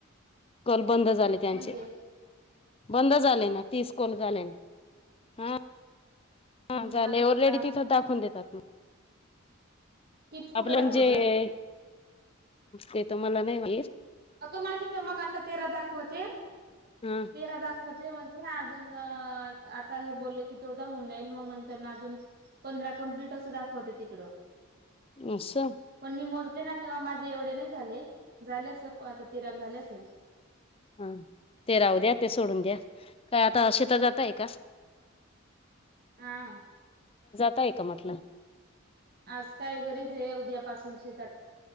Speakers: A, on the left; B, on the right.
A: कल बंद झाले त्यांचे
B: म्हणजे
A: बंद. झाले ना तीस कॉल झाले ना.
B: हम्म
A: हां झाले
B: अजून
A: ऑलरेडी तिथं दाखवून देतात मग.
B: किती कुठं
A: आपल्या
B: दाखवतात
A: न जे ते तर मला नाही माहीत.
B: अगं माझे तर मग आता तेरा दाखवते
A: हा
B: तेरा दाख होते म्हणजे अजून आता हे बोलले कि चौदा होऊन जाईल मग नंतरन अजून पण धरा कंप्लीट अस दाखवतय तिकडं.
A: असं
B: पण मी मोजले ना तेव्हा माझे एवढे नाही झाले झालेस प आता तेरा झाले असेल.
A: हां ते राहू द्या ते सोडून द्या काय आता शेतात जातय का?
B: हां
A: ताय का म्हटलं
B: आज काय घरीच आहे उद्या पासून शेतात.